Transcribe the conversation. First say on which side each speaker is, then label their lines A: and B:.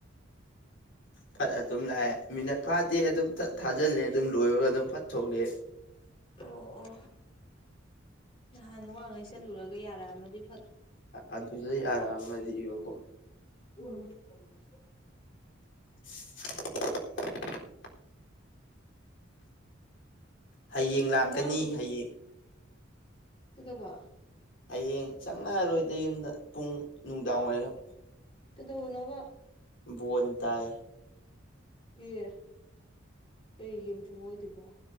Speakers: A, on the left; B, on the left.
A: ꯐꯠ ꯑꯗꯨꯝ ꯂꯥꯛꯑꯦ ꯃꯤꯅꯠ ꯐꯥꯗꯤ ꯑꯗꯨꯝ ꯐꯠ ꯊꯥꯖꯤꯜꯂꯦ ꯑꯗꯨꯝ ꯂꯣꯏꯔꯒ ꯑꯗꯨꯝ ꯐꯠ ꯊꯣꯛꯂꯦ
B: ꯑꯣ ꯑꯣ ꯅꯍꯥꯟ ꯋꯥꯡꯉꯩ ꯆꯠꯂꯨꯔꯒ ꯌꯥꯔꯛꯑꯝꯃꯗꯤ
A: ꯑꯗꯨꯗ ꯌꯥꯔꯥꯃꯗꯤꯕꯀꯣ
B: ꯎꯝ
A: <unintelligible> ꯍꯌꯦꯡ ꯂꯥꯛꯀꯅꯤ
B: ꯏꯟꯖꯥꯡꯗꯨꯕꯨ
A: ꯍꯥꯌꯦꯡ
B: ꯀꯩꯗꯧꯕ
A: ꯍꯌꯦꯡ ꯆꯪꯉꯥꯔꯣꯏꯗ ꯌꯨꯝꯗ ꯄꯨꯡ ꯅꯨꯡꯗꯥꯡꯋꯥꯏꯔꯝ
B: ꯀꯗꯧꯕꯅꯣꯕ
A: ꯕꯣꯟ ꯇꯥꯏ
B: ꯑꯦ ꯀꯩ ꯌꯦ ꯊꯨꯡꯉꯣꯏꯗꯣꯏꯕ